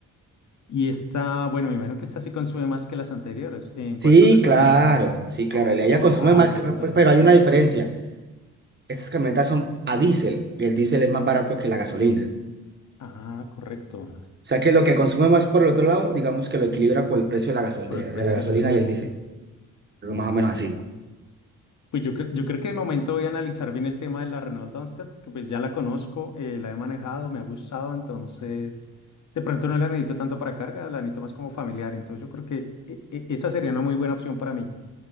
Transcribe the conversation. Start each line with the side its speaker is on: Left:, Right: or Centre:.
Left: Y esta, bueno, me imagino que esta sí consume más que las anteriores en
Right: Sí,
Left: cuanto a gasolina.
Right: claro, sí, claro,
Left: Ok.
Right: el de allá consume
Left: Ah,
Right: más,
Left: listo.
Right: que- pe-
Left: Ahí
Right: pero
Left: está
Right: hay una
Left: el-
Right: diferencia. Estas camionetas son a diésel y el diésel es más barato que la gasolina.
Left: Ah, correcto.
Right: O sea que lo que consume más por el otro lado, digamos que lo equilibra por el precio de la gasol-
Left: por
Right: de
Left: el precio
Right: de la gasolina
Left: de la gasolina.
Right: y el diésel, pero más
Left: Ah,
Right: o menos
Left: bueno.
Right: así.
Left: Pues yo, cre- yo creo que de momento voy a analizar bien el tema de la Renault Duster, porque pues ya la conozco, eh, la he manejado, me ha gustado, entonces de pronto no la necesito tanto para carga, la necesito más como familiar, entonces yo creo que eh, eh, esa sería una muy buena opción para mí.